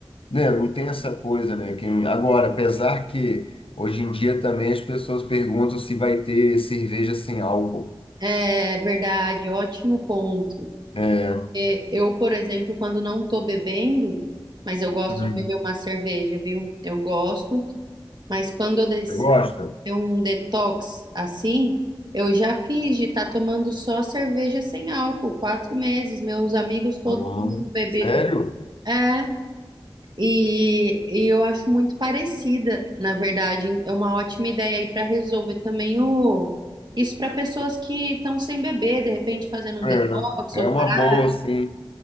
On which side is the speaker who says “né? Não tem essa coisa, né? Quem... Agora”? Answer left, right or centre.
Left